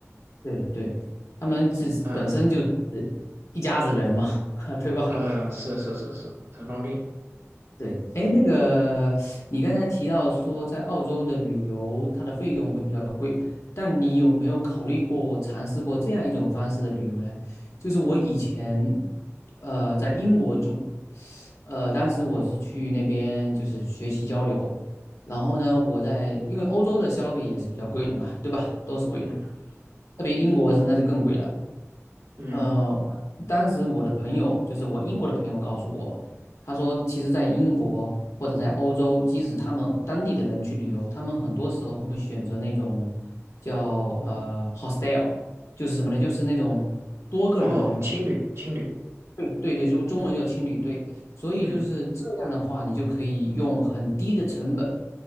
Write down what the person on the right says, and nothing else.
嗯，
呃，是是是是，很方便。
嗯嗯
嗯，
哦，青旅青旅，
嗯。